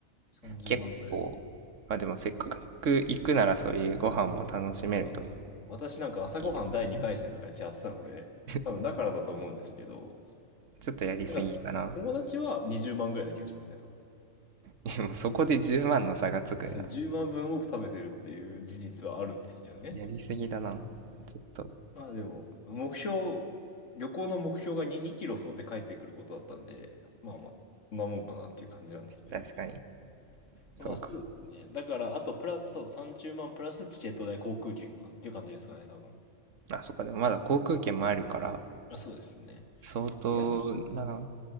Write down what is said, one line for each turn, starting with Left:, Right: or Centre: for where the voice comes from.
Left: 30万ぐらい。
Right: 結構、まあでもせっかく行くならそういうご飯も楽しめると
Left: なんか、そう、私なんか朝ごはん第2回戦とかやってやってたので、
Right: いいですもんね。
Left: 多分だからだと思うんですけど、
Right: <laughs> ちょっとやりすぎかな。
Left: だから、友達は20万ぐらいな気がしますね、多分。
Right: でもそこで10万の差がつくんだ。
Left: えっと10万分多く食べてるっていう事実はあるんですけどね。
Right: やりすぎだな。ちょっと、
Left: まあでも、目標、旅行の目標が2、2キロ太って帰ってくることだったんで、まあまあ、そんなもんかなっていう感じなんですけど。
Right: 確かに。
Left: まあそうですね。
Right: そうか。
Left: だから、あとプラス、そう、30万プラスチケット代、航空券かっていう感じですかね、多分。
Right: あ、そっか。でもまだ航空券もあるから、
Left: まあ、そうですね。
Right: 相当だな。
Left: 安く、